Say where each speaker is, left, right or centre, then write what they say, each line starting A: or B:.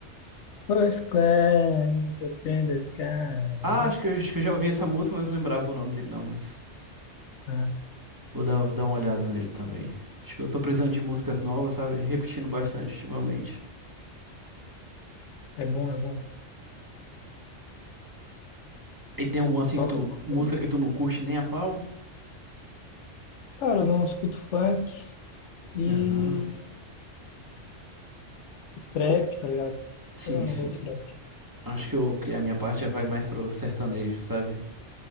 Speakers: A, on the left (about 75°); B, on the right (about 20°).
A: First class, up in the sky.
B: Ah, acho que, eu- acho que eu já ouvi essa música, mas não lembrava o nome dele não, mas.
A: Ah,
B: Vou dar, vou dar uma olhada nele também. Acho que eu tô precisando de músicas novas, sabe? Repetindo bastante ultimamente.
A: é bom, é bom.
B: E tem alguma assim
A: Toca
B: que tu,
A: alguma
B: música
A: coisa?
B: que tu não curte nem a pau?
A: Cara, eu não escuto funk. e
B: Aham.
A: esse trap, tá ligado?
B: Sim,
A: Eu
B: sim.
A: não gosto de trap.
B: Acho que, eu, que a minha parte já vai mais pro sertanejo, sabe?